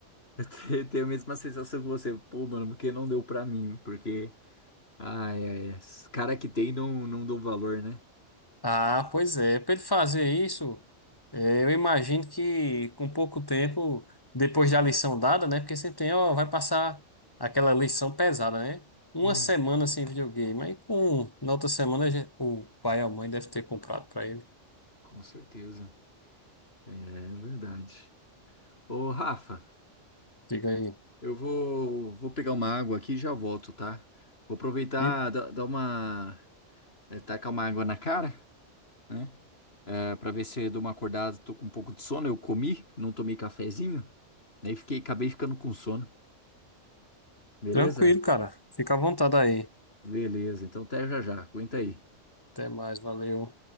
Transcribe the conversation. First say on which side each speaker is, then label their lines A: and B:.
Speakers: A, on the left (about 55°); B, on the left (about 20°).
A: <laughs> ter, ter a mesma sensação que você. Pô, mano, porque não deu pra mim? Porque. Ai, ai, esses cara que tem não, não dão valor, né?
B: Ah, pois é. Para ele fazer isso, eh, eu imagino que com pouco tempo, depois da lição dada, né? Porque sempre tem, ó, vai passar aquela lição pesada, né? Uma
A: Hum,
B: semana sem videogame. Aí com, na outra semana já- o pai ou a mãe deve ter comprado para ele.
A: com certeza. É verdade. Ô, Rafa,
B: Diga aí.
A: eu vou, vou pegar uma água aqui e já volto, tá? Vou aproveitar,
B: E
A: dar dar uma. é, tacar uma água na cara, né? É, pra ver se eu dou uma acordada, tô com um pouco de sono. Eu comi, não tomei cafezinho, daí fiquei, acabei ficando com sono. Beleza?
B: tranquilo, cara. Fica à vontade aí.
A: Beleza, então até já já. Aguenta aí.
B: Até mais, valeu.